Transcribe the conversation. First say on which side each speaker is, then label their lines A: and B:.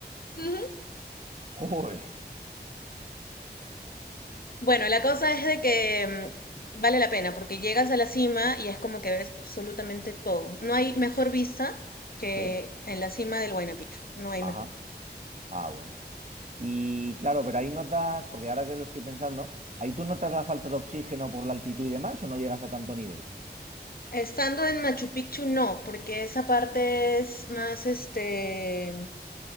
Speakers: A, on the left; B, on the right.
A: ujú.
B: Joder.
A: Bueno, la cosa es de que mm, vale la pena porque llegas a la cima y es como que ves absolutamente todo. No hay mejor vista que
B: Sí,
A: en la cima del Huayna Picchu, no hay
B: ajá.
A: mejor.
B: Ah, bueno. Y claro, pero ahí notas, porque ahora que lo estoy pensando, ahí tú notas la falta de oxígeno por la altitud y demás, o no llegas a tanto nivel.
A: Estando en Machu Picchu no, porque esa parte es más este